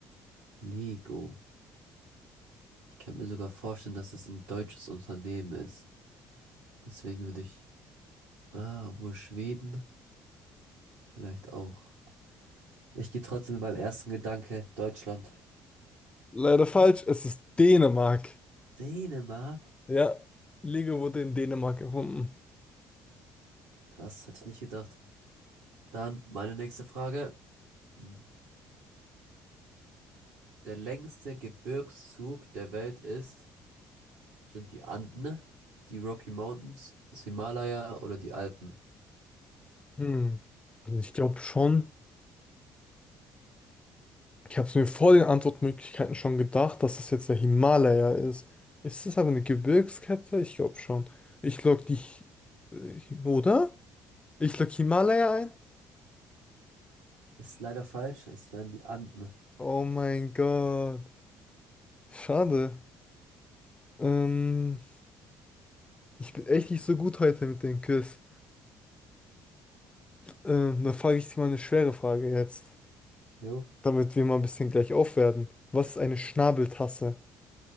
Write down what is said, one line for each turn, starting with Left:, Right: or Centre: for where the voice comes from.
Right: Lego. Ich kann mir sogar vorstellen, dass es ein deutsches Unternehmen ist. Deswegen würde ich, ah, wohl Schweden vielleicht auch. Ich gehe trotzdem mit meinem ersten Gedanke Deutschland.
Left: Leider falsch, es ist Dänemark.
Right: Dänemark?
Left: Ja, Lego wurde in Dänemark erfunden.
Right: Krass, hätte ich nicht gedacht. Dann meine nächste Frage. Der längste Gebirgszug der Welt ist, sind die Anden, die Rocky Mountains, das Himalaya oder die Alpen?
Left: Hm. Also ich glaube schon. Ich habe es mir vor den Antwortmöglichkeiten schon gedacht, dass es jetzt der Himalaya ist. Ist es aber eine Gebirgskette? Ich glaube schon. Ich log die, Hi- äh, oder? Ich log Himalaya ein.
Right: Ist leider falsch, es wären die Anden.
Left: Oh mein Gott. Schade. Ähm, ich bin echt nicht so gut heute mit den Quiz. Ähm, dann frage ich dich mal eine schwere Frage jetzt,
Right: Jo.
Left: damit wir mal ein bisschen gleich aufwerten. Was ist eine Schnabeltasse?